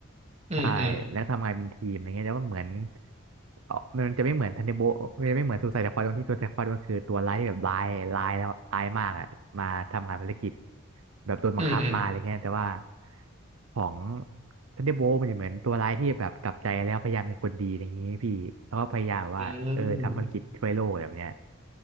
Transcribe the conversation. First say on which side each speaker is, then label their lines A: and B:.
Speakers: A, on the right; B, on the right.
A: อืมอืม
B: ใช่แล้วทำงานเป็นทีมอะไรเงี้ยแล้วก็เหมือนเออมันจะไม่เหมือนทันนิโบมันจะไม่เหมือนสุไซด์สควอดตรงที่ซูไซด์สควอดมันคือตัวร้ายที่แบบร้ายร้ายแล้วร้ายมากอ่ะมาทำงานภารกิจแบบโดนบังคับมาอะไรเงี้ยแต่ว่า
A: อืมอืม
B: ของทันนิโบมันจะเหมือนตัวร้ายที่แบบกลับใจแล้วพยายามเป็นคนดีอะไรอย่างงี้พี่แล้วก็พยายามว่าเออทำภารกิจช่วยโลกแบบเนี้ย
A: อืม